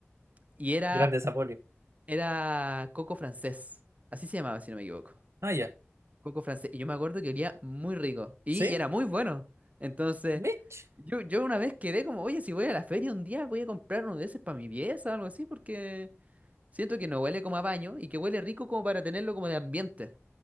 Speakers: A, on the right (about 30°); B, on the right (about 70°).
A: y era
B: grande Zapolio.
A: era coco francés. Así se llamaba, si no me equivoco.
B: Ah, ya,
A: Coco francés. Y yo me acuerdo que olía muy rico. Y,
B: ¿sí?
A: y era muy bueno. Entonces,
B: Mitch,
A: yo, yo una vez quedé como, oye, si voy a la feria un día, voy a comprar uno de esos para mi pieza o algo así, porque siento que no huele como a baño y que huele rico como para tenerlo como de ambiente.